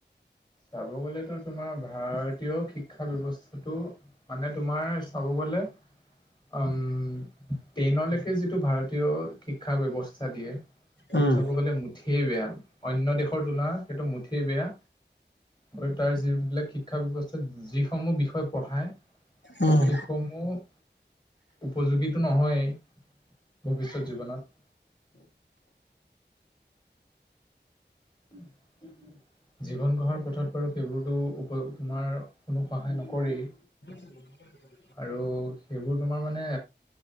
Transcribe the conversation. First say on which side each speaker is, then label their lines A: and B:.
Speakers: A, on the left; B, on the left.
A: চাব গ'লে তো তোমাৰ ভাৰতীয় শিক্ষা ব্যৱস্থাটো মানে তোমাৰ চাব গ'লে উম টেনলৈকে যিটো ভাৰতীয় শিক্ষা ব্যৱস্থা দিয়ে সেইটো
B: উম
A: চাব গ'লে মুঠেই বেয়া, অন্য দেশৰ তুলা সেইটো মুঠেই বেয়া আৰু তাৰ যিবিলাক শিক্ষা ব্যৱস্থাত যিসমূহ বিষয় পঢ়ায়,
B: উম
A: সেইস সমূহ উপযোগীটো নহয়েই ভৱিষ্যত জীৱনত <inaudible> জীৱন গঢ়াৰ পথত বাৰু সেইবোৰতো উপৰত তোমাৰ কোনো সহায় নকৰেই
B: <inaudible>
A: আৰু সেইবোৰ তোমাৰ মানে,